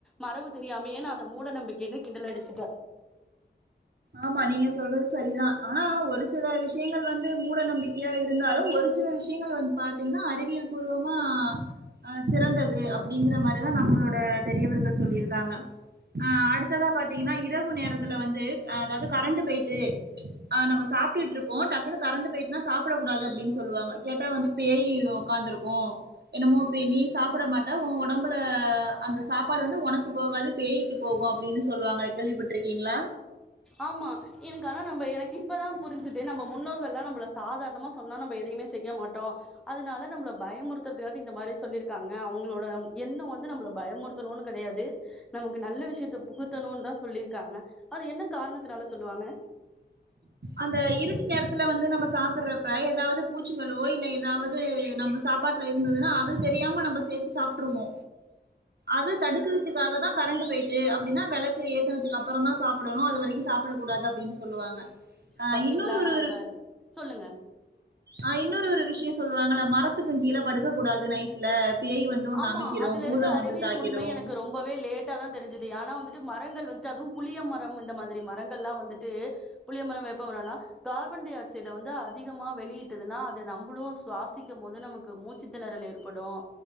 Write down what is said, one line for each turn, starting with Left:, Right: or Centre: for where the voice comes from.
Centre: மரபு தெரியாமயே அத மூட நம்பிக்கைன்னு கிண்டல் அடிச்சுட்ட
Right: ஆமா நீங்க சொல்றது சரிதா ஆனா ஒரு சில விஷயங்கள் வந்து மூட நம்பிக்கையா இருந்தாலும் ஒரு சில விஷயங்கள் வந்து பாத்தீங்கன்னா அறிவியல் பூர்வமா ஆ சிறந்தது அப்படிங்கற மாரிதா நம்மளோட பெரியவர்கள் சொல்லிருக் காங்க ஆஹ் அடுத்ததா பாத்தீங்கன்னா இரவு நேரத்துல வந்து து அதாவது கரண்ட் போயிட்டு ஆஹ் நம்ம சாப்டுட்டு இருப்போ டக்குனு கரண்டு போயிட்டுனா சாப்ட க்க கூடாது அப்டின்னு சொல்லுவாங்க கேட்டா வந்து பேய் உக்காந்துருக்கும் என்னமோ நீ சாப்ட மாட்ட உன் ஒடம்புல அந்த சாப்பாடு வந்து உனக்கு போகாது பேய்க்கு போகு அப்டின்னு சொல்லுவாங்க கேள்விப்பட்டுருக்கீங்களா
Centre: ஆமா எனக்கு ஆனா நம்ம எனக்கு இப்பதா புரிஞ்சுது நம்ம முன்னோர்கள் எல்லா நம்மள சாதாரணமா சொன்னா நம்ம எதையுமே செய்ய மாட்டோ அதனால நம்மள பயமுறுத்துறதுக்காக இந்த மாரி சொல்லியிருக்காங்க அவுங்களோ டம் எண்ணோ வந்து நம்மள பயமுறுத் தனு கெடையாது நமக்கு நல்ல விஷயத்த புகுத்தணுனு தா சொல்லியிருக்காங்க அது என்ன காரணத்துனால சொல்லுவாங்க
Right: அந்த இருட்டு நேரத்துல வந்து நம்ம சாப்புறப்ப ஏதாவது பூச்சிகளோ இல்ல ஏதாவது நம்ம சாப்பாட்டுல இருந்ததுனா அது தெரியாம நம்ம சேத்து சாப்ட்ருவோ அது தடுக்குறதுக்காக தா கரண்டு போயிட்டு அப்டின்னா வெளக்கு ஏத்துனதுக்கு அப்பறோதா சாப்டணு அது வரைக்கு சாப்ட கூடாது அப்டினு சொல்லுவாங்க ஆ
Centre: பாத்தீங்களா
Right: இன்னொரு ஒரு
Centre: நவம்பர் சொல்லுங்க
Right: அ இன்னொரு ஒரு விஷ்யோ சொல்லுவாங்கள மரத்துக்கு கீழ படுக்கக்கூடாது நைட்ல பேய் வந்து ஒன்னு
Centre: ஆமா
Right: அமிக்கிடும்
Centre: அதுல
Right: பூதம்
Centre: இருக்க அறிவியல்
Right: வந்து தாக்கிடும்
Centre: உண்மை எனக்கு ரொம்பவே லேட்டா தா தெரிஞ்சுது ஆனா வந்துட் ட்டு மரங்கள் வந்துட்டு அதுவு புளிய மரம் இந்த மாதிரி மரங்கள்ல்லா வந்துட்டு புளிய மரம் வேப்ப மரனா கார்பன் டை ஆக்சைட வந்து அதிகமா வெளியிட்டதுனா அத நம்மளு சுவாசிக்க போது நமக்கு மூச்சு தெணறல் ஏற்படும்